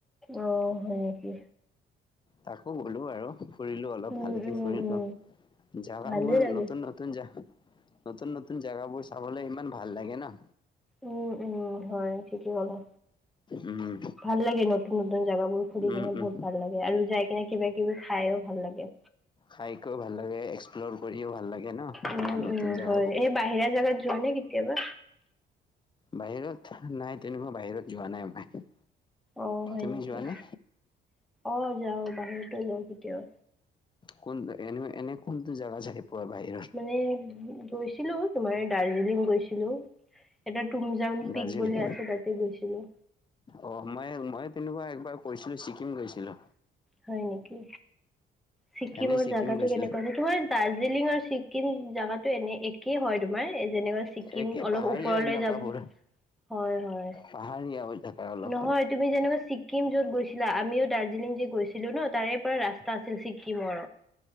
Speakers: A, in the centre; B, on the left (about 25°).
A: অ হয় নেকি
B: তাকো গ'লো আৰু ফুৰিলো অলপ
A: উম
B: ভালকে
A: উম
B: ফুৰিলো
A: উম
B: জেগাবোৰ
A: ভালেই লাগে
B: নতুন নতুন নতুন জাগা নতুন নতুন জেগাবোৰ চাবলে ইমান ভাল লাগে ন
A: উম উম হয় ঠিকেই ব'লা
B: উম
A: ভাল লাগে নতুন নতন জাগাবোৰ ফুৰি
B: উম
A: কিনে
B: উম
A: বহুত ভাল লাগে আৰু যাই কিনে কিবা কিবি খাইও ভাল লাগে
B: খাইকও ভাল লাগে এক্সপ্ল'ৰ কৰিও ভাল লাগে ন
A: উম
B: তোমাৰ নতুন
A: উম
B: জেগা
A: হয় এই বাহিৰা জাগাত যুৱ নে কেতিয়াবা
B: বাহিৰত নাই তেনেকুৱা বাহিৰত যোৱা নাই মই
A: অ হয়
B: তুমি
A: নেকি
B: যোৱা নে
A: অ যাও বাহিৰতো যাওঁ কেতিয়াওা
B: কোন এনে এনে কোনটো জাগগা চাই পোৱা বাহিৰৰ
A: মানে গৈছিলো তোমাৰ দাৰ্জিলিং গৈছিলো এটা ুমজাউন
B: দাৰ্জিলিং
A: পিক বুলি আছেো তাতে গৈছিলো
B: অ মই মই তেনেকুৱা একবাৰ কৈছিলো ছিকিম গৈছিলো
A: হয় নেকি ছিক্িমৰ
B: এনে ছিকিম
A: জাগাতটো
B: গৈছিলোঁ,
A: কেনেকুৱা আছে তোমাৰ দাৰ্জিলিং আৰু ছিক্িম জাগাতো এনে কি হয় তোমাৰ যেনেকুৱা ছিক্িম
B: একে
A: অলপ
B: পাহাৰীয়া
A: ওপৰলৈ
B: এলেকাবোৰ
A: যাম হয় হয়
B: পাহাৰীয়া এলেকা অলপ।
A: নহয় তুমি যেনেকুৱা ছিক্কিম যত গৈছ ছিলা আমিও দাৰ্জিলিং যে গৈছিলো ন তাৰে পৰা ৰাস্তা আছিল ছিক্কিমৰ